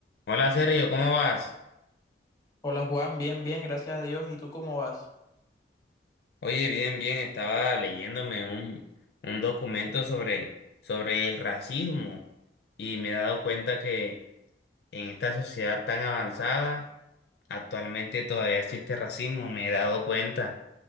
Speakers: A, on the left; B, on the left.
A: Hola Sergio, ¿cómo vas?
B: Hola Juan, bien, bien, gracias a Dios. ¿Y tú cómo vas?
A: Oye, bien, bien, estaba leyéndome un, un documento sobre, sobre el racismo y me he dado cuenta que en esta sociedad tan avanzada Actualmente todavía existe racismo, me he dado cuenta,